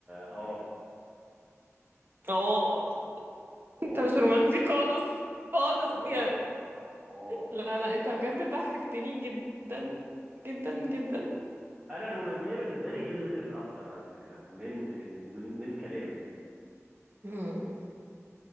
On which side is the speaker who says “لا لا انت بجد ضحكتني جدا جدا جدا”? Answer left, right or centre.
Right